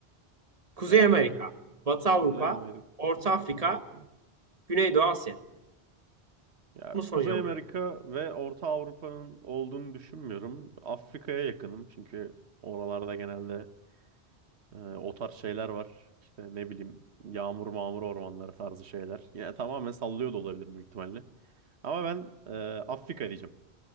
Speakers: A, on the right; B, on the right.
A: Kuzey
B: Yani
A: Amerika, Batı Avrupa,
B: Kuzey Amerika,
A: Orta Afrika,
B: Orta Avrupa.
A: Güneydoğu Asya.
B: Ya
A: Muson
B: Kuzey
A: yağmurları.
B: Amerika ve Orta Avrupa'nın olduğunu düşünmüyorum. Afrika'ya yakınım çünkü oralarda genelde e, o tarz şeyler var. İşte ne bileyim yağmur mağmur ormanları tarzı şeyler. Yine tamamen sallıyor da olabilir büyük ihtimalle. Ama ben e, Afrika diyeceğim.